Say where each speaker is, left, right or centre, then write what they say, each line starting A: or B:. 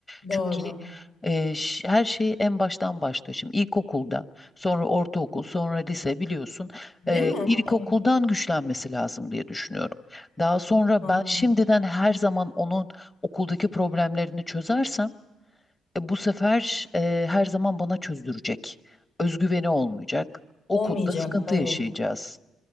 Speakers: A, on the left; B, on the left.
A: Doğru.
B: Çünkü e, ş- her şey en baştan başlıyor. Şimdi ilkokulda, sonra ortaokul, sonra lise biliyorsun
A: Değil
B: e,
A: mi?
B: ilkokuldan
A: Evet,
B: güçlenmesi lazım diye düşünüyorum. Daha sonra
A: aynen.
B: ben şimdiden her zaman onun okuldaki problemlerini çözersem e, bu sefer e, her zaman bana çözdürecek. Özgüveni olmayacak. Okulda
A: Olmayacak,
B: sıkıntı
A: evet.
B: yaşayacağız.